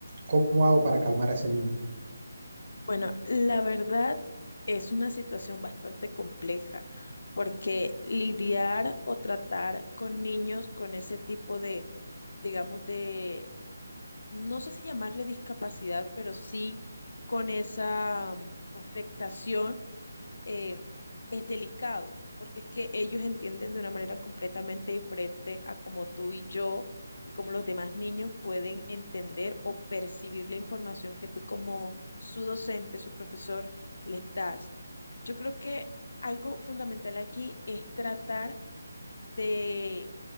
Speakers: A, on the right; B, on the left.
A: cómo hago para calmar a ese niño.
B: Bueno, la verdad es una situación bastante compleja porque lidiar o tratar con niños con ese tipo de, digamos, de, no sé si llamarle discapacidad, pero sí con esa mm, afectación eh, es delicado, porque es que ellos entienden de una manera completamente diferente a como tú y yo y como los demás niños pueden entender o percibir la información que tú como su docente, su profesor, les das. Yo creo que algo fundamental aquí es tratar de,